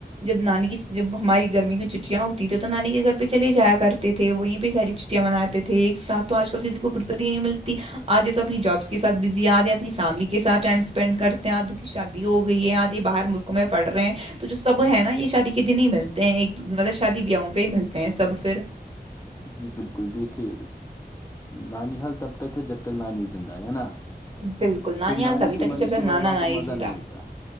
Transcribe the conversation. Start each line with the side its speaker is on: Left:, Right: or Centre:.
Right: جب نانی کی جب ہماری گرمی کی چھٹیاں ہوتی تیں تو نانی کے گھر پہ چلے جایا کرتے تھے وہیں پہ ساری چ ں مناتے تھے ایک ساتھ تو آج کل کسی کو فرصت نہیں ملتی آ دے تو اپنی جابس کے ساتھ بزی آ دے اپنی فیملی کے ساتھ ٹائم پینڈ کرتے ہیں آد کی شادی ہو گئی ہے آد یہ باہر ملکوں میں پڑ رہے ہیں تو جو سب ہے نا یہ شادی کے دن ہی ملتے ہیں ایک مطلب شادی بیاہوں پہ ہی ملتے ہیں سب پھر
Left: جی بالکل دیکھیے نانی حال تب تک ہے جب تک نانی زندہ ہے ہے نا
Right: بالکل نانیال
Left: پھر نانی
Right: تبھی
Left: کے
Right: تک کہ
Left: مرنے
Right: جب تک
Left: کے
Right: نانا
Left: بعد وہاں
Right: نانی
Left: پر مزہ
Right: زندہ
Left: نہیں ہوتا